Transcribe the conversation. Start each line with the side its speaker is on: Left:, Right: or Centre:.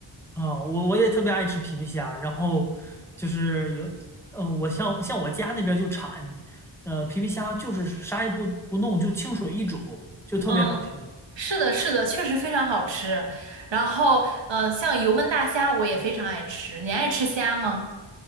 Centre: 啊，我我也特别爱吃皮皮虾，然后就是有，呃，我像像我家那边就产，呃，皮皮虾就是啥也不不弄，就清水一煮，就特别好吃。
Right: 嗯，是的，是的，确实非常好吃。然后，呃，像油焖大虾我也非常爱吃。你爱吃虾吗？